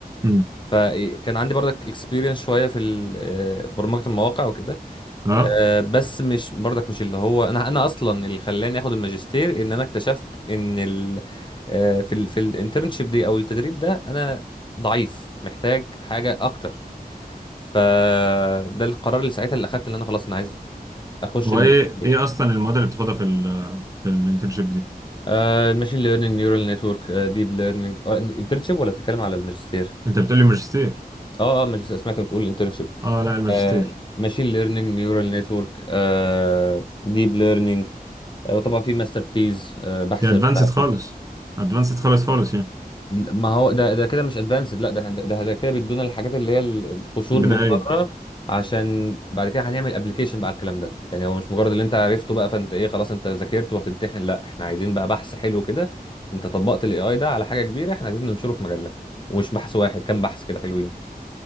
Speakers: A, on the right; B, on the left.
A: امم
B: فكان عندي برضك اكسبيرينس شوية في ال- آه، برمجة المواقع وكده
A: اه
B: آه، بس مش برضك مش اللي هو انا انا اصلا اللي خلاني اخد الماجستير ان انا اكتشفت ان ال آه، في ال في الانترنشيب دي او التدريب ده انا ضعيف محتاج حاجة اكتر فده القرار اللي ساعتها اللي اخدت اللي انا خلاص انا عايز اخش
A: هو
B: الماجستير
A: ايه ايه اصلا المواد اللي بتاخدها في ال في الانترنشيب دي
B: آه الماشين ليرنينج نيورال نتورك آه ديب ليرنينج آه انترنشيب ولا بتتكلم على الماجستير
A: انت بتقول لي ماجستير
B: اه اه ماجستير سمعت بتقول انترنشيب
A: اه لا الماجستير
B: آه ماشين ليرنينج نيورال نتورك آه ديب ليرنينج آه وطبعا في ماستر ثيز آه بحث
A: دي ادفانسد
B: بتاع
A: خالص ادفانسد خالص خالص يعني
B: ما هو ده ده كده مش ادفانسد لا ده ده ده كده بيدونا الحاجات اللي هي القشور
A: بدائيه
B: من
A: انت
B: بره عشان بعد كده هنعمل ابلكيشن بقى على الكلام ده يعني هو مش مجرد اللي انت عرفته بقى فانت ايه خلاص انت ذاكرت وهتمتحن لا احنا عايزين بقى بحث حلو كده انت طبقت الاي اي ده على حاجه كبيره احنا عايزين ننشره في مجله ومش بحث واحد كام بحث كده حلوين